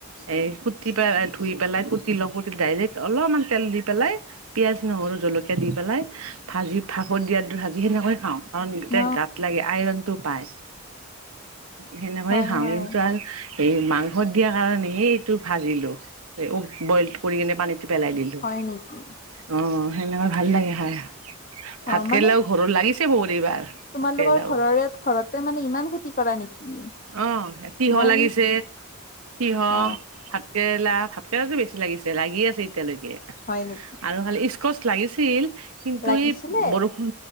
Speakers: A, on the right (about 80°); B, on the left (about 35°).
A: এই কুটি পেলাই ধুই পেলাই কুটি লওঁ কুটি ডাইৰেক্ট অলপমান তেল দি পেলাই পিঁয়াজ নহৰু জলকীয়া দি পেলাই ভাজি ভাকৰ দিয়াৰ দৰে ভাজি সেনেকৈয়ে খাওঁ কাৰণ গিতাই
B: অ
A: গাত লাগে আইৰন টো পাই সেনেকৈয়ে
B: হয়
A: খাওঁ
B: হয়
A: কিন্তু আৰু এই মাংস দিয়াৰ কাৰণে হে এইটো ভাজিলো বইল কৰি কিনে পানীটো পেলাই দিলো
B: হয় নেকি
A: অ সেনেকুৱা ভাল লাগে খাই ভাত
B: অ মানে
A: কেৰেলাও ঘৰত লাগিছিল কি হল এইবাৰ
B: তোমালোকৰ
A: ভাত কেৰেলাও।
B: ঘৰৰে-ঘৰতে মানে ইমান খেতি কৰা নেকি
A: অ ইয়াত তিহ
B: মই
A: লাগিছে তিহ
B: অ
A: কেৰেলা ভাতকেৰেলাতো বেছি লাগিছে, লাগি আছে এতিয়ালৈকে
B: হয় নেকি
A: আৰু খালি স্কচ লাগিছিল কিন্তু
B: লাগিছিলে
A: এই বৰষুণ